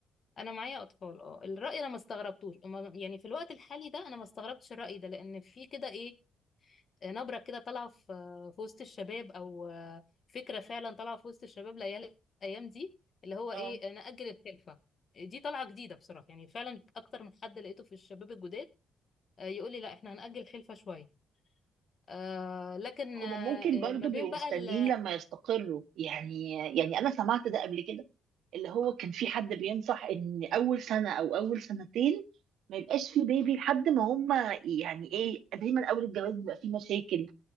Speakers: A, on the left; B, on the right.
A: انا معايا اطفال اه الراي انا ما استغربتوش أما- يعني في الوقت الحالي ده انا ما استغربتش الراي ده لان في كده ايه آه، نبره كده طالعه في آه، في وسط الشباب او آه، فكره فعلا طالعه في وسط الشباب العيال الايام دي اللي هو
B: اه
A: ايه آه، نأجل الخلفه دي طالعه جديده بصراحه يعني فعلا اكتر من حد لقيته في الشباب الجداد آه، يقول لي لا احنا هنأجل خلفه شويه آه لكن
B: هما
A: آه
B: ممكن
A: آه،
B: برضو
A: ما بين
B: بيبقوا
A: بقى
B: مستنيين
A: ال
B: لما يستقروا يعني يعني انا سمعت ده قبل كده اللي هو كان في حد بينصح ان اول سنة او اول سنتين ما يبقاش في بيبي لحد ما هما يعني ايه دايما اول الجواز بيبقى فيه مشاكل